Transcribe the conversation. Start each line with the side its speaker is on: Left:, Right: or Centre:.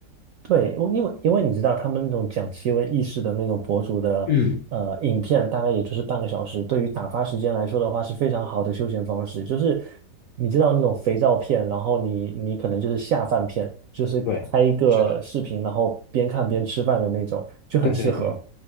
Right: 对，我因为因为你知道，他们那种讲奇闻异事的那种博主的呃影片，
Left: 嗯，
Right: 大概也就是半个小时，对于打发时间来说的话，是非常好的休闲方式。就是你知道那种肥皂片，然后你你可能就是下饭片，就是开一个视频，
Left: 对，对，是的，
Right: 然后边看边吃饭的那种，就很适合。
Left: 对对对，